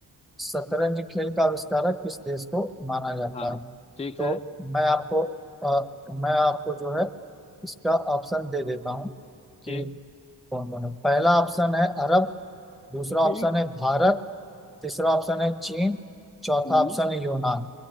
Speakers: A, in the centre; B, on the left.
A: शतरंज खेल का आविष्कारक किस देश को माना जाता
B: हाँ
A: है
B: ठीक
A: तो
B: है
A: मैं आपको अ, मैं आपको जो है इसका ऑप्शन दे देता हूँ कि
B: ठीक
A: कौन कौन है पहला ऑप्शन है अरब दूसरा ऑप्शन
B: ठीक
A: है भारत तीसरा ऑप्शन है चीन चौथा
B: हम्म
A: ऑप्शन है यूनान